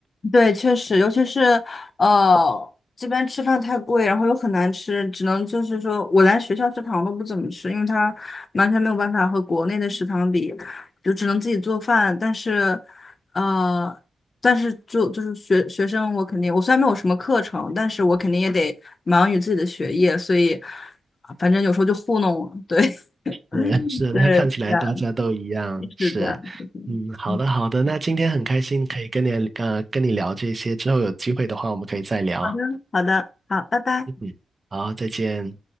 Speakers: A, on the left; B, on the right.
A: 对，确实，尤其是呃，这边吃饭太贵，然后又很难吃，只能就是说我连学校食堂都不怎么吃，因为它完全没有办法和国内的食堂比，就只能自己做饭。但是，呃，但是就就是学学生，我肯定我虽然没有什么课程，但是我肯定也得忙于自己的学业，所以啊反正有时候就糊弄我。对，
B: 是
A: <laughs>
B: <laughs> 是，
A: 对，
B: 那看起来大家都一样。
A: 这样，
B: 是，
A: 是这样。
B: 嗯，好的好的，
A: 嗯，
B: 那今天很开心可以跟你呃跟你聊这些，之后有机会的话我们可以再聊。
A: 好的，好的，好，拜拜。
B: 嗯，好，再见。